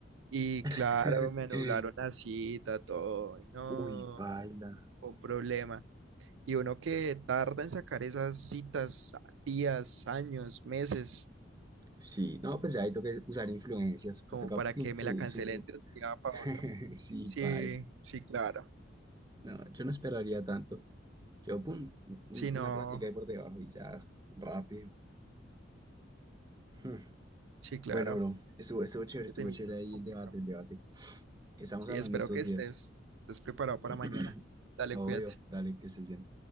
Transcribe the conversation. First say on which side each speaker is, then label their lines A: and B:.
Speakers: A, on the right; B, on the right.
A: Y claro,
B: <laughs>
A: me anularon la cita, todo, y no,
B: Uy, paila.
A: fue un problema. Y uno que tarda en sacar esas citas días, años, meses,
B: Sí, no, pues ya ahí toca usar influencias, pues
A: como
B: toca
A: para
B: tin-
A: que
B: tu-
A: me la cancelen
B: su...
A: de un día para
B: <laughs>
A: otro.
B: Sí,
A: Sí,
B: paila.
A: sí, claro.
B: No, yo no esperaría tanto. Yo, pum, un-
A: Si no.
B: una plática ahí por debajo y ya, rápido. <laughs>
A: Sí, claro.
B: Bueno, bro, estuvo, estuvo chévere,
A: Ese
B: estuvo
A: temita
B: chévere
A: es
B: ahí
A: complicado.
B: el debate, el debate. Estamos
A: Sí,
B: hablando
A: espero
B: estos
A: que estés,
B: días.
A: estés preparado para
B: <clears throat>
A: mañana. Dale,
B: Obvio,
A: cuídate.
B: dale, que estés bien.